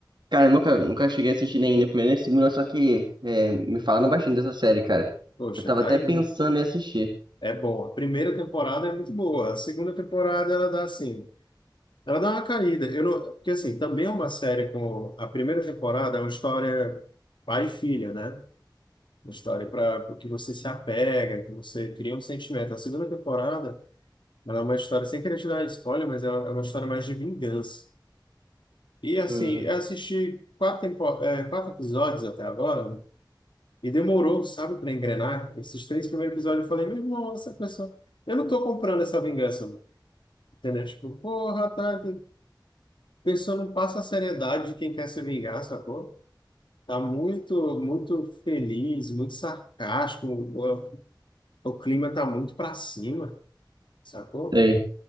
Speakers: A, on the right; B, on the left.
A: Cara, eu nunca, nunca cheguei a assistir nem, nem primeira nem na segunda, só que é, me falaram bastante dessa série, cara.
B: Poxa,
A: Eu tava
B: tá
A: até
B: aí.
A: pensando em assistir.
B: É bom. A primeira temporada é muito boa. A segunda temporada ela dá assim, ela dá uma caída. Eu não, porque assim, também é uma série com a primeira temporada é uma história pai e filha, né? Uma história para que você se apega, que você cria um sentimento. A segunda temporada ela é uma história sem querer te dar spoiler, mas é é uma história mais de vingança. E assim,
A: Hum,
B: eu assisti quatro, tempo, eh, quatro episódios até agora né? e demorou, sabe, para engrenar. Esses três primeiros episódios eu falei, meu irmão, essa pessoa eu não estou comprando essa vingança. Entendeu? Tipo, porra, tá. A pessoa não passa a seriedade de quem quer se vingar, sacou? Tá muito, muito feliz, muito sarcástico. O, o clima tá muito pra cima, sacou?
A: sei.